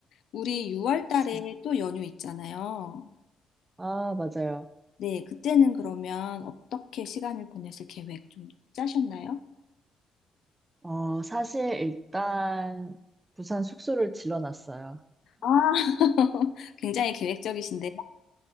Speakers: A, on the left; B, on the right.
A: 우리 6월 달에
B: 참.
A: 또 연휴 있잖아요.
B: 아, 맞아요.
A: 네, 그때는 그러면 어떻게 시간을 보내실 계획 좀 짜셨나요?
B: 어, 사실 일단 부산 숙소를 질러놨어요.
A: 아, <laughs> 굉장히 계획적이신데